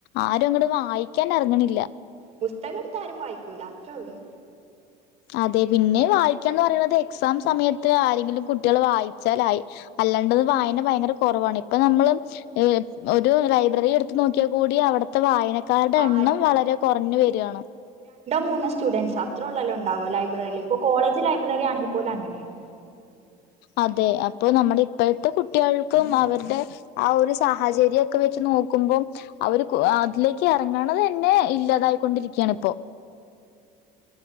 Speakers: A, on the left; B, on the right.
A: ആരും അങ്ങോട്ട് വായിക്കാൻ ഇറങ്ങണില്ല.
B: പുസ്തകം എടുത്ത് ആരും വായിക്കൂല അത്രേ ഉള്ളു.
A: അതെ പിന്നെ വായിക്കാന്ന് പറയുന്നത്, എക്സാം സമയത്ത് ആരെങ്കിലും കുട്ടികള് വായിച്ചാലായി. അല്ലാണ്ടത് വായന ഭയങ്കര കുറവാണ്. ഇപ്പ നമ്മള് ഒരു ലൈബ്രറി എടുത്തു നോക്കിയാൽ കൂടി. ഇപ്പത്തെ വായനക്കാരുടെ
B: ആരും
A: എണ്ണം വളരെ കുറഞ്ഞു വരികയാണ്.
B: മൂന്ന് സ്റ്റുഡന്റ്സ് അത്ര ഉള്ളല്ലോ ഉണ്ടാവോ ലൈബ്രറിയിൽ ഇപ്പോ കോളേജ് ലൈബ്രറി ആണങ്കിൽ പോലും അങ്ങനെയാണ്.
A: അതെ അപ്പൊ നമ്മുടെ ഇപ്പോഴത്തെ കുട്ടികൾക്കും അവരുടെ ആ ഒരു സാഹചര്യക്കെ വെച്ച് നോക്ക ക്കുമ്പം അവര് അതിലേക്ക് ഇറങ്ങണത് തന്നെ ഇല്ലാതായിക്കൊണ്ടിരിക്കുകയാണ് ഇപ്പോ.